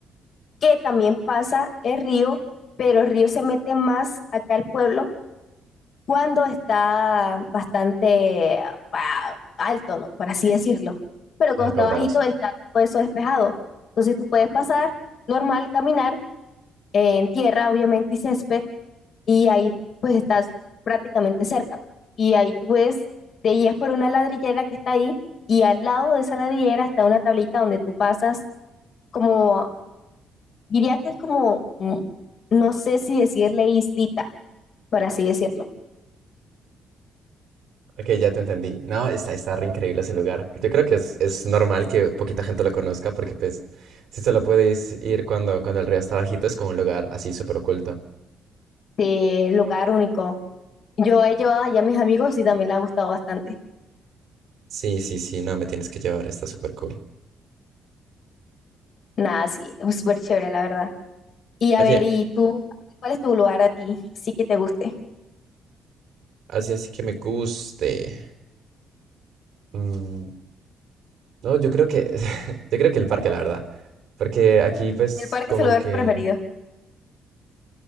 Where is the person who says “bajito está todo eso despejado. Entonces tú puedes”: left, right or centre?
Left